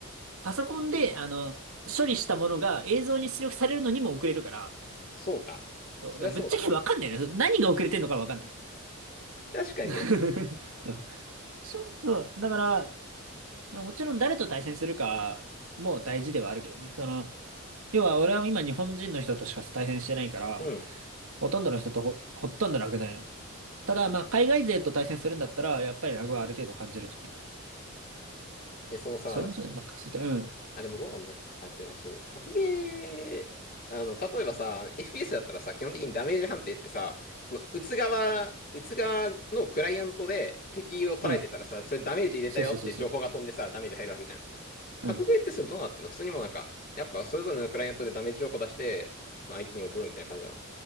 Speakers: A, on the right; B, on the left.
A: パソコンで、あの、処理したものが映像に出力されるのにも遅れるから、
B: そうか。
A: そう、
B: そりゃそうだね。
A: だからぶっちゃけわかんないね。何が遅れてんのかわかんない。
B: 確かにね。
A: <laughs> そう正直そうだから、もちろん誰と対戦するかも大事ではあるけどね。その、要は俺は今日本人の人としか対戦してないから、
B: うん。
A: ほとんどの人とほ、ほとんどなくないの。ただ、まあ、海外勢と対戦するんだったら、やっぱりラグはある程度感じるんじゃないかな。
B: え、そのさ、
A: あそれもそうね。まあ、確実に。うん。
B: あ、でもどうなんだあ、てかそう、格ゲー、あの、例えばさ、FPS だったらさ、基本的にダメージ判定ってさ、その、撃つ側、撃つ側のクライアントで敵を捉えてたらさ、
A: うん。
B: それダメージ入れたよって情報が飛んでさ、
A: そうそうそうそう。
B: ダメージ入るわけじゃん。格ゲーってそれどうなってんの普通にもうなんか、
A: うん。
B: やっぱそれぞれのクライアントでダメージ情報出して、その相手に送るみたいな感じなの。